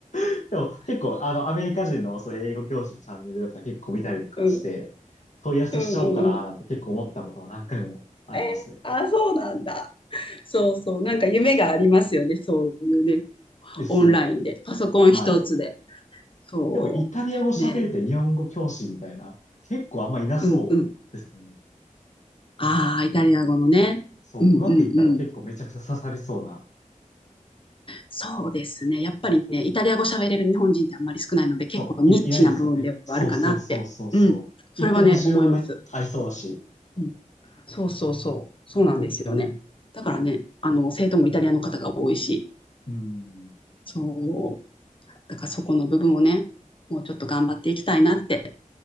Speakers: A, on the left; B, on the left.
A: う。でも結構、あの、アメリカ人のその英語教師のチャンネルとか結構見たりとかして、
B: うん、
A: 問い合わせしちゃおうかななんて結構思ったことは何回もありますね。
B: うんうんうん。え、あ、そうなんだ。そうそう。なんか夢がありますよね。そういうね。
A: ですよね。
B: オンラインで。パソコン一つで。
A: はい。
B: そう。
A: でも、イタリア語喋れて日本語教師みたいな、
B: ね。
A: 結構あんまいなそうですよね。
B: うんうん。ああ、イタリア語のね。
A: そう、
B: うんうんうん。
A: うまくいったら結構めちゃくちゃ刺さりそうな。
B: そうですね。やっぱりね、イタリア語喋れる日本人ってあんまり少ないので、結構ニッチな部分ではあるかなって。
A: そう、いな、いないですよね。そうそうそうそうそう。
B: うん。それはね、
A: 一定の需要はね、
B: 思います。
A: ありそうだし。
B: うん。そうそうそう。そうなんですよね。だからね、あの、生徒もイタリアの方が多いし、
A: うん。
B: そう。だからそこの部分をね、もうちょっと頑張っていきたいなって